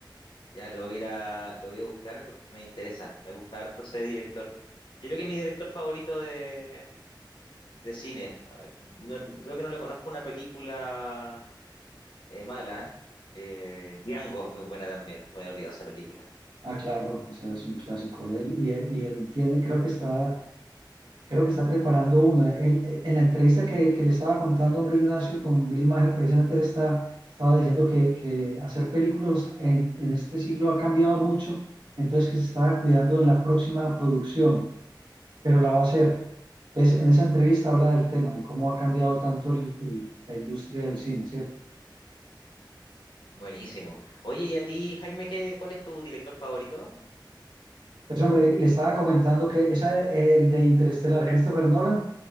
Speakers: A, on the left; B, on the right.
A: Ya lo voy a ir a, lo voy a buscar porque me interesa. Me gusta harto ese director. Yo creo que es mi director favorito de, de cine. A ver, no- no- creo que no le conozco una película eh, mala. Eh, Django es muy buena también. Se me había olvidado esa película.
B: Ah, claro, ese es un clásico de él. Y, él- y él tiene, creo que está Creo que está preparando una. Él, eh, en la entrevista que, que le estaba contando, hombre, Ignacio, con Bill Maher, precisamente él está, estaba diciendo que, que hacer películas en, en este siglo ha cambiado mucho, entonces que se estaba cuidando en la próxima producción, pero la va a hacer. Pues, en esa entrevista habla del tema, de cómo ha cambiado tanto el- el- la industria del cine, ¿cierto?
A: Buenísimo. Oye, ¿y a ti, Jaime, qué, cuál es tu director favorito?
B: Pues, hombre, le estaba comentando que esa, el de Interestelar, Christopher Nolan,